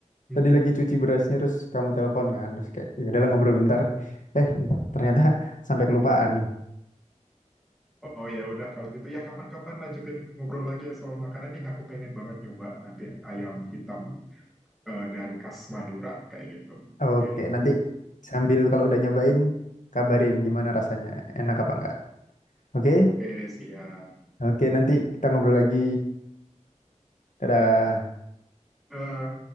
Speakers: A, in the centre; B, on the left (about 85°).
A: Hmm.
B: tadi lagi cuci berasnya terus kamu telepon kan terus kayak ya udahlah ngobrol bentar eh ternyata sampai kelupaan nih
A: Oh ya udah kalau gitu ya kapan-kapan lanjutin ngobrol lagi ya soal makanan nih. Aku pengen banget nyoba nanti ayam hitam eh, dari khas Madura kayak gitu.
B: oke
A: Oke,
B: nanti sambil kalau udah nyobain kabarin gimana rasanya enak apa enggak oke
A: oke siap.
B: oke nanti kita ngobrol lagi dadah
A: Eh,